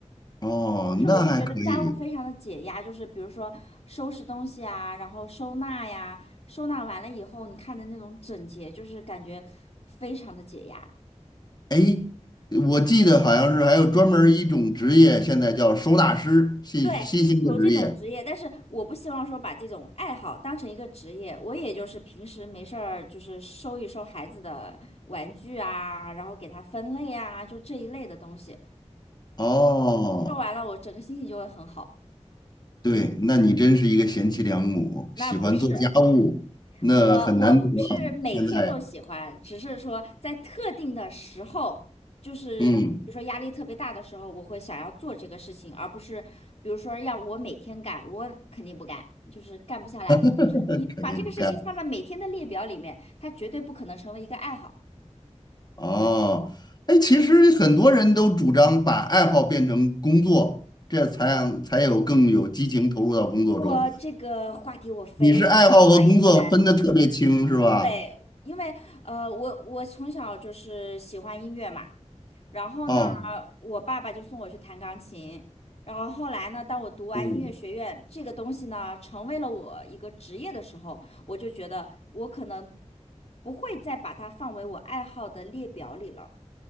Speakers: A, on the left; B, on the left.
A: 哦，
B: 就是我会觉得家务非常的解压，
A: 那还可以。
B: 就是比如说收拾东西啊，然后收纳呀，收纳完了以后，你看的那种整洁，就是感觉非常的解压。
A: 哎，我记得好像是还有专门儿一种职业，现在叫收纳师，新新兴的职业。
B: 对，有这种职业，但是我不希望说把这种爱好当成一个职业，我也就是平时没事儿就是收一收孩子的玩具啊，然后给他分类啊，就这一类的东西，
A: 哦，
B: 嗯，收完了我整个心情就会很好。
A: 对，那你真是一个贤妻良母，
B: 那不是。
A: 喜欢做家务，那很难得啊。
B: 我我不是每天都喜欢，
A: 现在，
B: 只是说在特定的时候，就是比如说压力特别大的时候，
A: 嗯，
B: 我会想要做这个事情，而不是比如说让我每天干，我肯定不干，就是干不下来。
A: <laughs>
B: 就是你把这个事情放在每天的列表里面，
A: 肯定不干。
B: 它绝对不可能成为一个爱好。
A: 哦，哎，其实很多人都主张把爱好变成工作，这才让才有更有激情投入到工作中。
B: 我这个话题我非常。
A: 你是爱好和工作分的特别清，
B: 言
A: 是吧？
B: 对，因为呃，我我从小就是喜欢音乐嘛，然后呢，
A: 哦，
B: 我爸爸就送我去弹钢琴，然后后来呢，当我读完音乐学院这个东西呢，
A: 哦，
B: 成为了我一个职业的时候，我就觉得我可能不会再把它放为我爱好的列表里了。